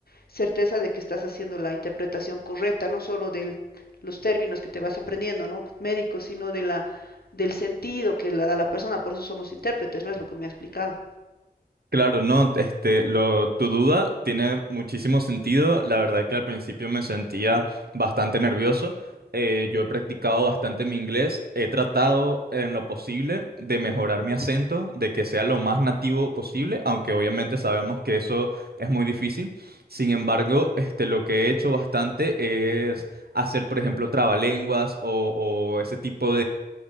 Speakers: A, on the left (about 65°); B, on the right (about 65°).
A: certeza de que estás haciendo la interpretación correcta, no solo de los términos que te vas aprendiendo, ¿no? Médicos, sino de la, del sentido que la da la persona, por eso somos intérpretes, ¿no? Es lo que me ha explicado.
B: Claro, no, este, lo, tu duda tiene muchísimo sentido. La verdad que al principio me sentía bastante nervioso. Eh, yo he practicado bastante mi inglés. He tratado en lo posible de mejorar mi acento, de que sea lo más nativo posible, aunque obviamente sabemos que eso es muy difícil. Sin embargo, este, lo que he hecho bastante es hacer, por ejemplo, trabalenguas o, o ese tipo